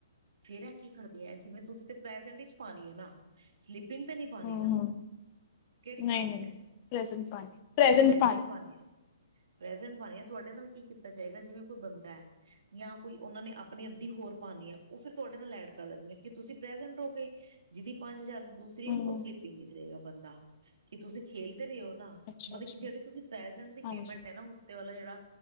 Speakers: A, on the right; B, on the left.
A: ਫਿਰ ਇਹ ਕੀ ਕਰਦੇ ਆ ਜਿਵੇਂ ਤੁਸੀਂ ਤੇ ਪ੍ਰੈਜੈਂਟ 'ਚ- ਪਾਣੀ ਹੈ ਨਾ ਸਲੀਿਪਿੰਗ ਤੇ ਨੀ ਪਾਣੀ
B: ਹਮ-ਹਮ
A: ਨਾ। ਕਿਹੜੀ ਪਾਣੀ
B: ਨਹੀਂ-ਨਹੀਂ
A: ਹੈ
B: ਪ੍ਰੈਜੈਂਟ ਪਾਣੀ ਪ੍ਰੈਜੈਂਟ
A: ਪ੍ਰਜੈਂਟ ਪਾਣੀ ਹੈ ਪ੍ਰੈਜੈਂਟ ਪਾਣੀ ਹੈ ਤੁਹਾਡੇ ਨਾਲ ਕੀ ਕੀਤਾ ਜਾਏਗਾ ਜਿਵੇਂ ਕੋਈ ਬੰਦਾ ਐ। ਜਾਂ ਕੋਈ ਉਹਨਾਂ ਨੇ ਆਪਣੀ ਅੱਧੀ ਹੋਰ ਪਾਣੀ ਹੈ ਉਹ ਫਿਰ ਤੁਹਾਡੇ ਨਾਲ ਐਡ ਕਰ ਦੇਂਗੇ ਕਿ ਤੁਸੀਂ ਪ੍ਰੈਜੈਂਟ ਹੋ ਗਏ ਜੇਹਦੀ ਪੰਜ ਹਜ਼ਾਰ ਦੀ ਦੂਸਰੀ
B: ਹਮ।
A: ਓਹ ਸਲਿਪ ਪਿੰਗ ਇਚ ਰਹੇ ਗਾ ਬੰਦਾ ਕਿ ਤੁਸੀਂ ਖੇਲ ਤੇ ਰੇ ਓ ਨਾ,
B: ਅੱਛਾ-ਅੱਛਾ
A: ਮਤਲਬ ਕਿ ਜੇਹੜੀ ਤੁਸੀ ਪ੍ਰੈਜੈਂਟ ਦੀ
B: ਹਾਂਜੀ
A: ਪੇਮੈਂਟ ਐ ਨਾ ਉਤੇ ਵਾਲਾ ਜੇਹੜਾ